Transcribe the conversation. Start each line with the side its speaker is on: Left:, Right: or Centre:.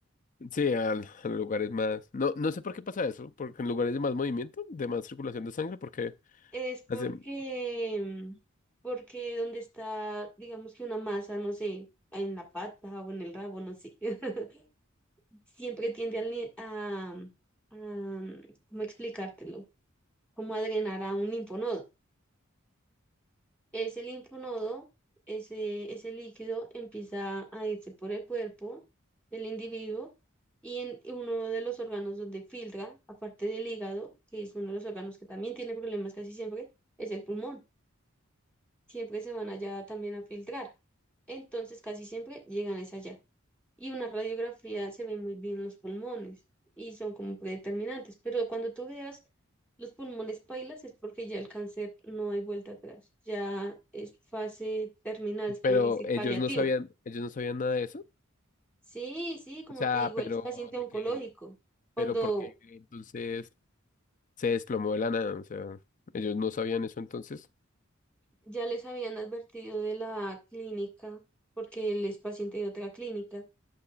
Left: Sí, al- a los lugares más. No, no sé por qué pasa eso, porque en lugares de más movimiento, de más circulación de sangre, porque
Centre: Es porque,
Left: hacen,
Centre: mm, porque donde está, digamos que una masa, no sé, en la pata o en el rabo, no sé, <laughs> siempre tiende al ni- a, a, mm, ¿cómo explicártelo? como a drenar a un linfonodo. Ese linfonodo, ese, ese líquido empieza a irse por el cuerpo del individuo y en y uno de los órganos donde filtra, aparte del hígado, que es uno de los órganos que también tiene problemas casi siempre, es el pulmón. Siempre se van allá también a filtrar. Entonces casi siempre llegan es allá. y una radiografía se ve muy bien los pulmones y son como predeterminantes, pero cuando tú veas los pulmones pailas es porque ya el cáncer no hay vuelta atrás, ya es fase terminal, se
Left: pero
Centre: puede decir
Left: ellos
Centre: paliativo.
Left: no sabían, ellos no sabían nada de eso.
Centre: Sí, sí, como
Left: O sea,
Centre: te digo,
Left: pero
Centre: él es paciente
Left: de
Centre: oncológico.
Left: que,
Centre: Cuando
Left: pero porque entonces se desplomó de la nada. O sea, ellos no sabían eso entonces.
Centre: ya les habían advertido de la clínica, porque él es paciente de otra clínica,